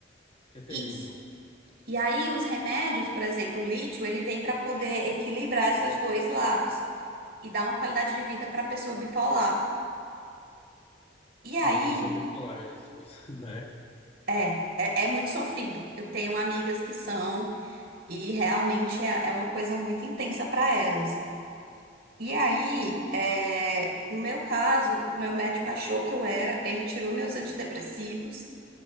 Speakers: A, on the left; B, on the right.
A: que é terrível
B: Isso. E aí os remédios, por exemplo, o lítio, ele vem para poder equilibrar esses dois lados e dar uma qualidade de vida para a pessoa bipolar. E aí,
A: para a pessoa bipolar, se você, <laughs> né?
B: é, é, é muito sofrido. Eu tenho amigas que são e realmente é, é uma coisa muito intensa para elas. E aí, é, no meu caso, o meu médico achou que eu era, ele tirou meus antidepressivos.